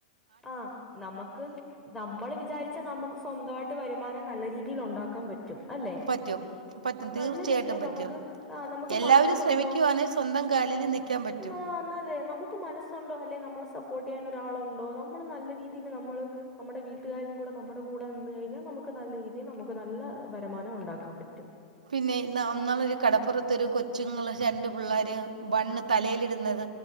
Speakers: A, in the centre; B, on the right.
A: ആഹ് ന്നമക്ക് ന്നമ്മള് വിചാരിച്ചാ ന്നമ്ക്ക് സ് സ്വന്തആയിട്ട് വരുമാനം ന്നല്ല രീതിയിൽ ഉണ്ടാക്കാം പറ്റും അല്ലേ
B: പറ്റും പറ്റും
A: ന്നല്ല
B: തീർച്ചയായിട്ടും
A: രീതിയിൽ
B: പറ്റും
A: ന്നമുക്ക് ആ ന്നമുക്ക്
B: എല്ലാവരും
A: മനസ്സുണ്ടോ
B: ശ്രമിക്കുവാണെ സ്വന്തം കാലിൽ നിൽക്കാൻ പറ്റും
A: ന്നാ ന്നല്ലേ ന്നമുക്ക് മനസ്സുണ്ടോ അല്ലെ ന്നമ്മളെ സപ്പോട്ടെയാൻ ഒരാളുണ്ടോ മ്മള് ന്നല്ല രീതീല് ന്നമ്മൾ അമ്മുടെ വീട്ടുകാരും കൂടെ ന്നമ്മടെ കൂടെ നിന്ന് കഴിഞ്ഞാ ന്നമുക്ക് ന്നല്ല രീതിയിൽ നമുക്ക് ന്നല്ല വരമാനം ഉണ്ടാക്കാം പറ്റും
B: പിന്നെ ഇന്ന് ഒന്നാമൊര് കടപ്പുറത്തൊരു കൊച്ചുങ്ങള് രണ്ട് പിള്ളേര് ബണ്ണ് തലേല്ട്ന്നത്